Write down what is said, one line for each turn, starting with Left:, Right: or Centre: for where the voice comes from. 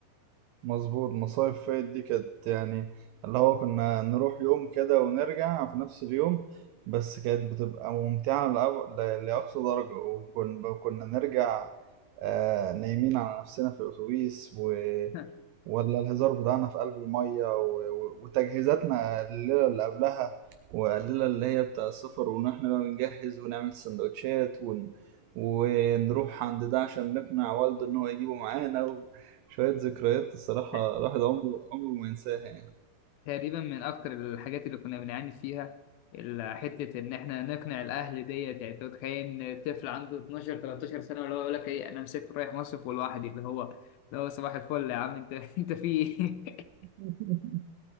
Right: مظبوط مصايف فايت دي كانت يعني اللي هو كنا نروح يوم كده ونرجع في نفس اليوم بس كانت بتبقى ممتعة لأو- ل- لأقصى درجة وكنا كنا نرجع آه، نايمين على نفسنا في الأتوبيس و...
Left: <laughs>
Right: ولا الهزار بتاعنا في قلب المية و... و... وتجهيزاتنا الليلة اللي قبلها والليلة اللي هي بتاع السفر وإن إحنا بقى بنجهز ونعمل سندوتشات ون... ونروح عند ده عشان نقنع والده إن هو يجيبه معانا وشوية ذكريات الصراحة
Left: ت-
Right: الواحد عمره عمره ما ينساها يعني
Left: تقريبا من أكتر الحاجات اللي كنا بنعاني فيها ال- حتة إن إحنا نقنع الأهل ديت يعني أنت متخيل إن طفل عنده 12 13 سنة اللي هو يقول لك إيه أنا مسافر رايح مصيف لوحدي اللي هو اللي هو صباح الفل يا عم أنت <laughs> أنت في إيه؟
Right: <laughs>